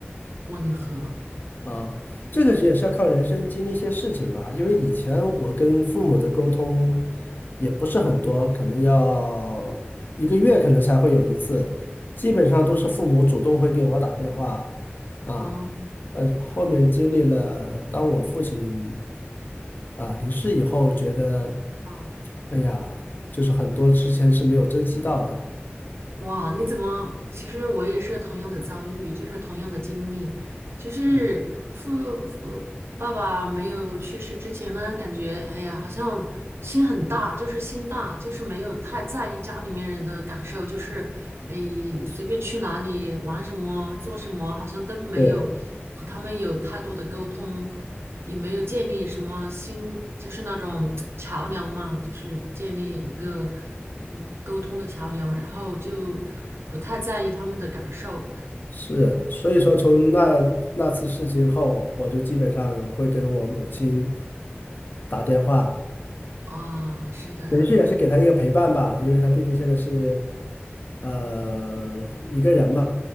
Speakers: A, on the right; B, on the left.
A: 吻合。
B: 啊，这个也是要靠人生经历一些事情吧。因为以前我跟父母的沟通也不是很多，可能要一个月可能才会有一次，基本上都是父母主动会给我打电话啊。
A: 哦，
B: 但是后面经历了，当我父亲啊离世以后，觉得
A: 哦。
B: 哎呀，就是很多之前是没有珍惜到的。
A: 哇，你怎么？其实我也是同样的遭遇，就是同样的经历，就是父父爸爸没有去世之前呢，
B: 嗯，
A: 感觉哎呀，好像心很大，就是心大，就是没有太在意家里面人的感受，就是哎随便去哪里玩什么做什么，好像都没有和他们有太多的沟通。
B: 对。
A: 也没有建立什么新，就是那种桥梁嘛，就是建立一个嗯沟通的桥梁，然后就不太在意他们的感受
B: 是，所以说从那那次事情后，我就基本上会跟我母亲打电话，
A: 啊，是的，
B: 等于是也是给她一个陪伴吧，因为她毕竟现在是呃一个人嘛，